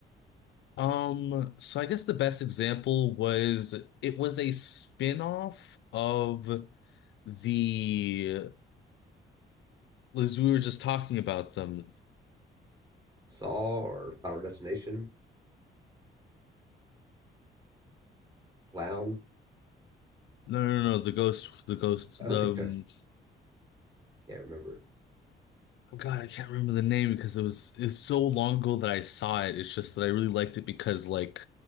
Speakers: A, on the left; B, on the right.
A: Um, so I guess the best example was it was a spin-off of the as we were just talking about them.
B: Saw or Final Destination? Clown? <laughs>
A: No, no, no, the ghost, the ghost,
B: Oh,
A: the
B: the ghost.
A: um,
B: Can't remember.
A: oh God, I can't remember the name because it was it's so long ago that I saw it. It's just that I really liked it because like